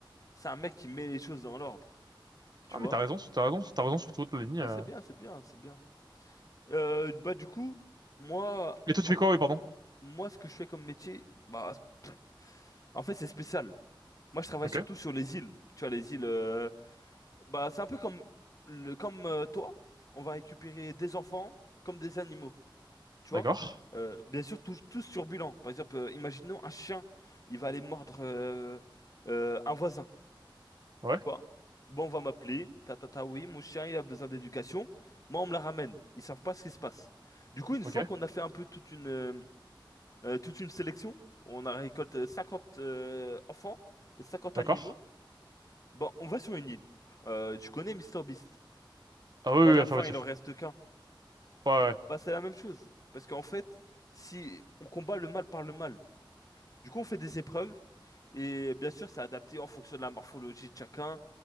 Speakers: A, on the left; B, on the right.
A: c'est un mec qui met les choses dans l'ordre. Tu
B: Ah, mais
A: vois?
B: t'as raison, sur- t'as raison, sur- t'as raison sur toute la ligne.
A: Ah,
B: euh.
A: c'est bien, c'est bien, c'est bien. Euh, bah du coup, moi,
B: Mais toi, tu
A: en
B: fais
A: fait,
B: quoi? Oui, pardon.
A: moi ce que je fais comme métier, bah pff, en fait c'est spécial. Moi je travaille
B: Ok,
A: surtout sur les îles. Tu vois les îles, euh, bah c'est un peu comme le, comme euh, toi. On va récupérer des enfants comme des animaux. Tu vois?
B: d'accord.
A: Euh, bien sûr tous, tous turbulents. Par exemple, euh, imaginons un chien, il va aller mordre euh, euh, un voisin.
B: Ouais,
A: Tu vois? Bon, on va m'appeler. Tata, Ta ta ta, oui, mon chien il a besoin d'éducation. Moi on me la ramène. Ils savent pas ce qui se passe. Du coup, une
B: ok,
A: fois qu'on a fait un peu toute une euh, euh, toute une sélection. On a récolté 50 euh, enfants et 50
B: d'accord.
A: animaux. Bon, on va sur une île. Euh, tu connais Mister Beast?
B: Ah oui,
A: Ou
B: oui,
A: à la
B: oui, affirmatif.
A: fin, il en reste qu'un.
B: Ouais, ouais.
A: Bah, c'est la même chose. Parce qu'en fait, si on combat le mal par le mal, du coup, on fait des épreuves. Et bien sûr, c'est adapté en fonction de la morphologie de chacun.